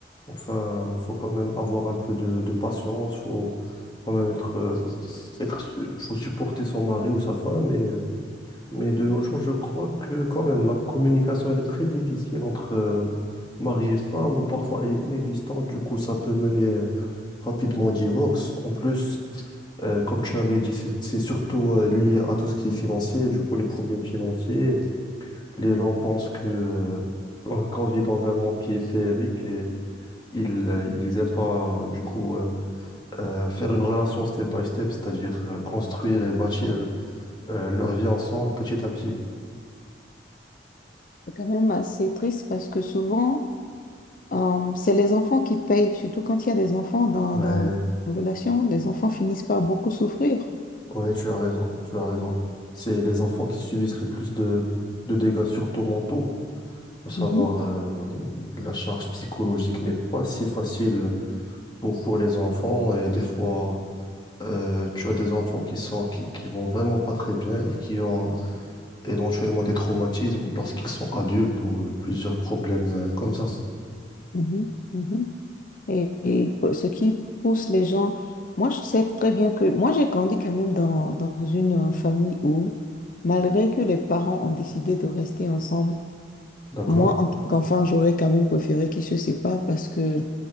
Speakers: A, on the left; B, on the left.
A: enfin, faut quand même avoir un peu de, de patience, faut quand même être... euh, être, su- faut supporter son mari ou sa femme, mais, mais de nos jours, je crois que quand même, la communication, elle est très difficile entre euh, mari et femme, ou parfois elle est inexistante, du coup, ça peut mener euh, rapidement au divorce. En plus, euh, comme tu avais dit, c'est c'est surtout euh, lié à tout ce qui est financier, du coup, les problèmes financiers. Les gens pensent que euh, qu'on qu'on vit dans un monde qui est féerique et ils euh, ils aiment pas du coup euh, euh, faire une relation step by step, c'est-à-dire euh, construire et bâtir euh, leur vie ensemble petit à petit.
B: C'est quand même assez triste parce que souvent, Euh, c'est les enfants qui payent, surtout quand il y a des enfants dans,
A: Ouais,
B: dans une relation. Les enfants finissent par beaucoup souffrir.
A: ouais, tu as raison, tu as raison. C'est les enfants qui subissent le plus de de dégâts surtout mentaux, à savoir
B: Mhm,
A: euh, la charge psychologique n'est pas si facile pour pour les enfants et des fois euh, tu as des enfants qui sont qui qui vont vraiment pas très bien et qui ont éventuellement des traumatismes lorsqu'ils sont adultes ou euh, plusieurs problèmes euh, comme ça.
B: mhm, mhm. Et, et pour- ce qui pousse les gens, moi je sais très bien que moi j'ai grandi quand même dans, dans une euh, famille où, malgré que les parents ont décidé de rester ensemble,
A: D'accord?
B: moi en tant qu'enfant, j'aurais quand même préféré qu'ils se séparent parce que